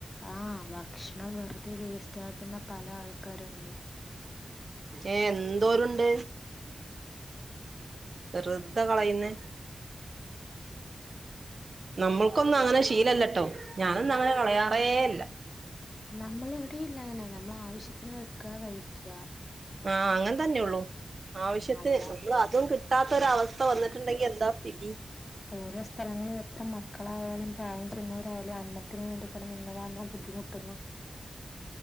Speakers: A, on the left; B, on the right.
A: ആഹ് ഭക്ഷണം വെറുതെ വേസ്റ്റ് ആക്കുന്ന പല ആൾക്കാരോണ്ട്
B: ഏഹ് എന്തോരൊണ്ട് വെറുതെ കളയുന്നെ
A: ഉം ഉം
B: നമ്മൾക്കൊന്നും അങ്ങനെ ശീലല്ലട്ടോ ഞാനൊന്നും അങ്ങനെ കളയാറേ ഇല്ല
A: നമ്മള് ഇവടെയില്ല അങ്ങനെ നമ്മള് ആവശ്യത്തിന് വെക്കാ കഴിക്കാ
B: ആഹ് അങ്ങനെ തന്നെള്ളൂ ആവശ്യത്തിന്
A: അല്ല
B: നമ്മൾ അതും കിട്ടാത്തൊരു അവസ്ഥ വന്നിട്ടുണ്ടെങ്കി എന്താ സ്ഥിതി
A: ഓരോ സ്ഥലങ്ങളിലും എത്ര മക്കളായാലും പ്രായം ചെന്നവരായാലും അന്നത്തിന് വേണ്ടി കെടന്ന് എന്ത് മാത്രം ബുദ്ധിമുട്ടുന്നു